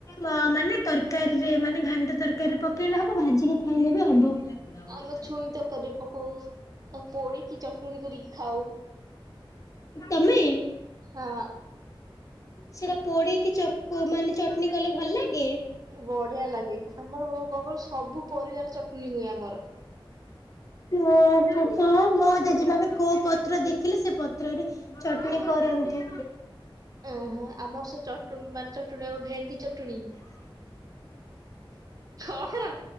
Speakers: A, on the left; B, on the right.
A: ମା ମାନେ ତରକାରୀରେ ମାନେ ଘାଣ୍ଟ ତରକାରୀରେ ପକେଇଲେ ହବ। ଭାଜିକି ଖାଇଲେ ବି ହବ। ସିଧା ବସ୍।
B: ଆମେ ଛୁଇଁ ତରକାରୀ ପକଉ। ଆଉ ପୋଡିକି ଚଟଣି କରିକି ଖାଉ।
A: ତମେ?
B: ହଁ।
A: ସେଟା ପୋଡିକି ଚ-କୁ ମାନେ ଚଟଣି କଲେ ଭଲ ଲାଗେ?
B: ବଢିଆ ଲାଗେ ଆମରୋ କ-କଣ କହିଲୁ, ସବୁ ପରିବାର ଚଟଣି ହୁଏ ଆମର।
A: ଓହୋ। ହଁ ମୋ ଜେଜେମା କୋଉ ପତ୍ର ଦେଖିଲେ ସେ ପତ୍ରରେ ଚଟଣି କରନ୍ତି।
B: ଓହୋ ଆମର ସେ ଚ ମାନେ ଚଟୁଣୀ ହବ ଭେଣ୍ଡି ଚଟଣୀ। କଣ?